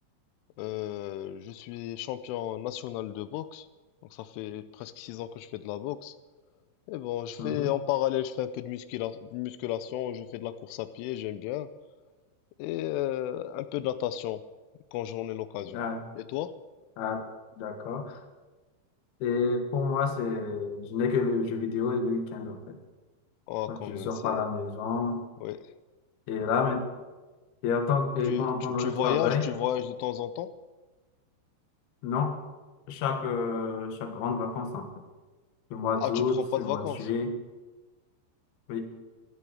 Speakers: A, on the left; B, on the left.
A: Euh, je suis champion national de boxe. Donc ça fait presque six ans que je fais de la boxe. Et bon, je fais
B: Mhm.
A: en parallèle, je fais un peu de muscula- de musculation, je fais de la course à pied, j'aime bien. et euh, un peu de natation quand j'en ai l'occasion.
B: Ah,
A: Et toi?
B: ah, d'accord. Et pour moi, c'est, je n'ai que le jeu vidéo et le week-end, en fait.
A: Ah,
B: Donc,
A: quand
B: je
A: même,
B: sors
A: c'est...
B: pas à la maison.
A: Ouais.
B: Et là, mais- et, attends, et
A: Tu,
B: pendant,
A: tu,
B: pendant
A: tu
B: le
A: voyages,
B: travail,
A: tu voyages de temps en temps?
B: non. Chaque, euh, chaque grande vacances, en fait. Le mois
A: Ah,
B: d'août,
A: tu prends pas
B: le
A: de
B: mois
A: vacances.
B: de juillet, oui.